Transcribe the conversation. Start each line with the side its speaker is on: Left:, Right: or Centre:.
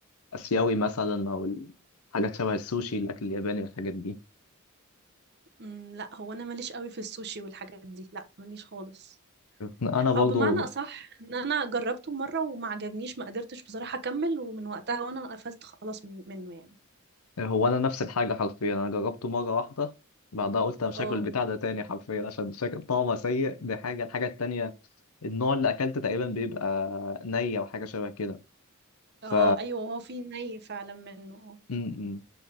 Left: الاسيوي مثلا او الحاجات شبه السوشي الاكل الياباني والحاجات دي
Right: امم لا هو أنا ماليش قوي في السوشي والحاجات دي لا ماليش خالص
Left: انا برضه
Right: أو بمعنى أصح إن أنا جربته مرة وما عجبنيش ما قدرتش بصراحة أكمل ومن وقتها وأنا قفلت خلاص من... منه يعني
Left: هو انا نفس الحاجه حرفيا انا جربته مره واحده بعدها قلت انا مش
Right: اه
Left: هاكل البتاع ده تاني حرفيا عشان شكل طعمه سيء دي حاجه الحاجه التانيه النوع اللي اكلته تقريبا بيبقى نية وحاجه شبه كده ف
Right: اه أيوه هو في ني فعلا منه
Left: م- م.